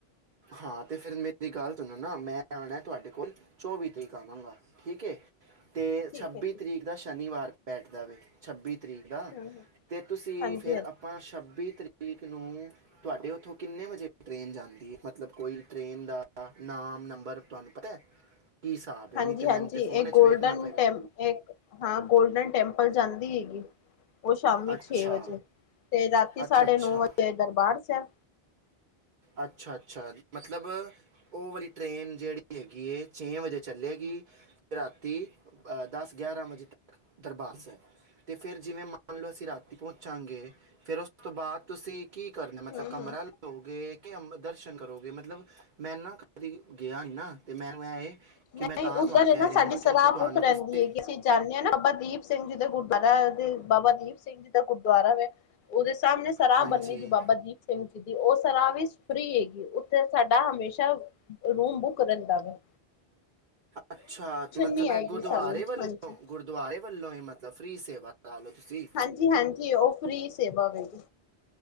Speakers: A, on the right; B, on the left.
A: ਹਾਂ, ਤੇ ਫਿਰ ਮੇਰੀ ਗੱਲ ਸੁਣੋ ਨਾ ਮੈਂ ਆਣਾ ਤੁਹਾਡੇ ਕੋਲ ਚੌਵੀ ਤਰੀਕ ਆਵਾਂਗਾ ਠੀਕ ਏ। ਤੇ
B: ਠੀਕ
A: ਛੱਬੀ
B: ਹੈ ਠੀਕ
A: ਤਰੀਕ ਦਾ ਸ਼ਨੀਵਾਰ ਬੈਠ ਦਾ ਵੇ। ਛੱਬੀ ਤਰੀਕ ਦਾ
B: ਹੂੰ-ਹੂੰ
A: ਤੇ ਤੁਸੀਂ
B: ਹਾਂਜੀ-ਹਾਂਜੀ,
A: ਫਿਰ ਆ ਛੱਬੀ ਤਰੀਕ ਨੂੰ ਤੁਹਾਡੇ ਉੱਥੋਂ ਕਿੰਨੇ ਵਜੇ ਟ੍ਰੇਨ ਜਾਂਦੀ ਏ। ਮਤਲਬ ਕੋਈ ਟ੍ਰੇਨ ਦਾ ਨਾਮ, ਨੰਬਰ ਤੁਹਾਨੂੰ ਪਤਾ ਹੈ। ਕੀ ਹਿਸਾਬ ਹੈ
B: ਹਾਂਜੀ-ਹਾਂਜੀ,
A: ਨਹੀਂ ਤੇ ਮੈਨੂੰ ਤੇ
B: ਇਹ
A: ਫੋਨ
B: ਗੋਲਡਨ
A: 'ਚ ਵੇਖਣਾ ਪਏਗਾ
B: ਟੈਂ ਹਾਂ ਗੋਲਡਨ ਟੈਂਪਲ ਜਾਂਦੀ ਹੈਗੀ। ਉਹ ਸ਼ਾਮੀ
A: ਅੱਛਾ
B: ਛੇ ਵਜੇ ਤੇ ਰਾਤੀ ਸਾਢੇ
A: ਅੱਛਾ ਅੱਛਾ
B: ਨੌ ਵਜੇ ਦਰਬਾਰ ਸਾਹਿਬ।
A: ਅੱਛਾ-ਅੱਛਾ ਮਤਲਬ ਉ ਵਾਲੀ ਟ੍ਰਰੇਨ ਜਿਹੜੀ ਹੈਗੀ ਹੈ ਛੇ ਵਜੇ ਚੱਲੇਗੀ ਅਤੇ ਰਾਤੀ ਦਸ-ਗਿਆਰਾਂ ਵਜੇ ਤੱਕ ਦਰਬਾਰ ਸਾਹਿਬ ਤੇ ਫਿਰ ਜਿਵੇਂ ਮੰਨ ਲਓ ਅਸੀਂ ਰਾਤੀ ਪਹੁੰਚਾਂਗੇ ਫੇਰ ਉਸ ਤੋਂ ਬਾਅਦ ਤੁਸੀਂ ਕੀ ਕਰਨਾ
B: ਹੂੰ-ਹੂੰ-ਹੂੰ
A: ਮਤਲਬ ਕਮਰਾ ਲ ਦੋਗੇ ਕੇ ਦਰਸ਼ਨ ਕਰੋਗੇ ਮਤਲਬ ਮੈਂ ਨਾ ਕਦੀ ਗਿਆ ਨੀ ਨਾ ਤੇ ਮੈਨੂੰ ਐ ਇਹ
B: ਨਹੀਂ
A: ਕਿ ਮੈਂ ਤਾਂ
B: ਉੱਧਰ
A: ਤੁਹਾਨੂੰ ਕਹਿ
B: ਨਾ
A: ਰਿਹਾ
B: ਸਾਡੀ
A: ਹਾਂ
B: ਸਰਾਹ
A: ਕਿ ਦੇਖੋ ਤੁਹਾਨੂੰ
B: ਬੁਕ ਰਹਿੰਦੀ
A: ਤੁਸੀਂ
B: ਹੈਗੀ ਅ। ਜਾਂਦੇ ਹਾਂ ਨਾ ਬਾਬਾ ਦੀਪ ਸਿੰਘ ਜੀ ਦਾ ਗੁਰਦੁਆਰਾ ਦੇ ਬਾਬਾ ਦੀਪ ਸਿੰਘ ਜੀ ਦਾ ਗੁਰਦੁਆਰਾ ਹੈ। ਉਹਦੇ ਸਾਹਮਣੇ ਸਰਾਹ
A: ਹਾਂਜੀ
B: ਬੰਨੇ ਦੀ ਬਾਬਾ ਦੀਪ। ਸਿੰਘ ਜੀ ਦੀ ਉਹ ਸਰਹਾ ਫਰੀ ਹੈਗੀ ਉੱਥੇ ਸਾਡਾ ਹਮੇਸ਼ਾ ਰੂਮ ਬੁੱਕ ਰਹਿੰਦਾ ਵਾ।
A: ਅੱਛਾ ਤੇ ਮਤਲਬ
B: ਨਹੀਂ ਆਏਗੀ
A: ਐ ਗੁਰਦੁਆਰੇ
B: ਸਾਨੂੰ
A: ਵੱਲੋਂ
B: ਹਾਂਜੀ
A: ਗੁਰਦੁਆਰੇ ਵੱਲੋਂ ਈ ਮਤਲਬ ਫ੍ਰਰੀ ਸੇਵਾ ਲਾ ਲੋ ਤੁਸੀਂ।
B: ਹਾਂਜੀ-ਹਾਂਜੀ ਓ ਫਰੀ ਸੇਵਾ <unintelligible>